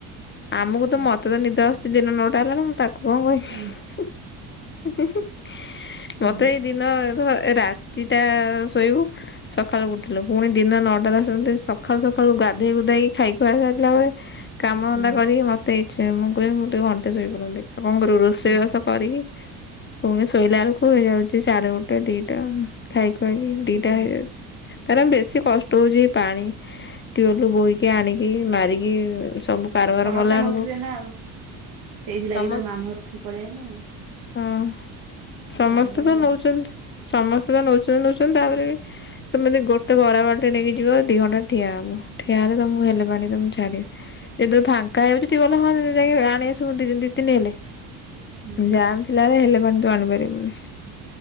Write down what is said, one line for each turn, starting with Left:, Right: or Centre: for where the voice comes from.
Left: ଆମକୁ
Right: ହୁଁ
Left: ତ ମତେ ତ ନିଦ ଆସୁଛି ଦିନ ନଅଟା ହେଲାରୁ ମୁଁ ତାକୁ <unintelligible> ମୋତେ
Right: ହୁଁ ହୁଁ ହୁଁ
Left: ଦିନ ଅ ରାତିଟା ଶୋଇବୁ ସକାଳୁ ଉଠିଲୁ ପୁଣି ଦିନ ନଅଟା ଦଶଟା ସକାଳୁ ସକାଳୁ ଗାଧୋଇ ଗୁଧୋଇ ଖାଇ ଖୁଆଇ ସାରିିଲା ପରେ କାମ
Right: ହୁଁ
Left: ଧନ୍ଦା କରିକି ମୋତେ ଇଛା ମୁଁ କହିବି ମୁଁ ଟିକେ ଘଣ୍ଟେ ଶୋଇପଡ଼ନ୍ତି ଆଉ କଣ କରିବୁ ରୋଷେଇବାସ
Right: ହୁଁ
Left: କରିକି ପୁଣି ଶୋଇଲା ବେଳକୁ ହେଇଯାଉଛି ସାଡେ ଗୋଟେ ଦିଟା ଖାଇ ଖୁଆଇକି
Right: ହୁଁ
Left: ଦିଟା
Right: ହୁଁ
Left: ହେଇଯାଉଛି। ତାର ବେଶୀ କଷ୍ଟ ହଉଛି ପାଣି ଟିୱାଲ ବୋହିକି ଆଣିକି ମାରିକି ସବୁ କାରବାର
Right: ସମସ୍ତେ
Left: କଲା
Right: ନଉଥିବେ
Left: ବେଳକୁ
Right: ନା ଆଉ ସେଇଥିଲାଗି
Left: ସମସ୍ତ
Right: ତ ମାମୁଘର ଉଠିକି ପଳେଇ ଆଇଲେ ଆଉ।
Left: ହଁ
Right: ସେ
Left: ସମସ୍ତେ
Right: ପାଣିରେ
Left: ତ
Right: ମାମୁଁ
Left: ନଉଛନ୍ତି
Right: ଘର
Left: ସମସ୍ତେ ତ ନଉଛନ୍ତି ନଉଛନ୍ତି ତାପରେ ବି ତମେ ଗୋଟେ ଗରା ବାଲ୍ଟି ନେଇକି ଯିବ ଦି ଘଣ୍ଟା ଠିଆ ହବ ଠିଆ ହେଲେ ତମକୁ ହେଲେ ପାଣି ଦେବେ ଛାଡିବେ। ଯେତେବେଳେ ଫାଙ୍କା ହୋଉଛି ଟିୱଳ ହଁ ଯାଇ ଆଣି ଆସିବୁ ଦି ଦିଇ ତିିନି ହେଲେ
Right: ହୁଁ
Left: ଜାମ୍ ଥିଲାବେଳେ ହେଲେ ପାଣି ତୁ ଆଣିପାରିବୁନି